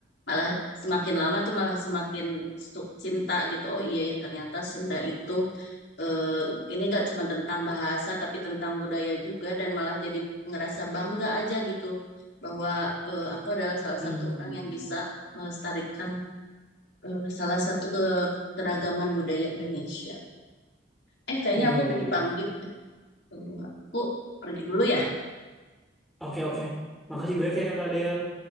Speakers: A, on the left (about 75°); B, in the centre.
A: malah semakin lama tuh malah semakin stu- cinta gitu oh iya ya ternyata Sunda itu eh, ini gak cuma tentang bahasa tapi tentang budaya juga dan malah jadi ngerasa bangga aja gitu bahwa eh, aku adalah salah
B: Hmm,
A: satu orang yang bisa melestarikan eh, salah satu ke keragaman budaya Indonesia Eh, kayaknya
B: iya,
A: aku tadi
B: iya,
A: panggil.
B: iya.
A: deh. Tuh, Aku pergi dulu ya.
B: Oke, oke. Makasih banyak ya, Kak Del.